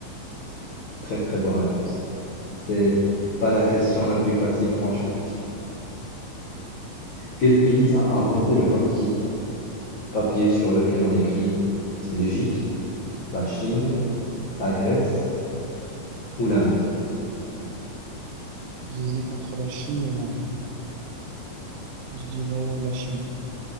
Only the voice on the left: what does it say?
très très bonne réponse. C'est pas la question la plus facile, franchement. Quel pays a inventé le papier? Le papier sur lequel on écrit, c'est l'Égypte, la Chine, la Grèce ou l'Inde?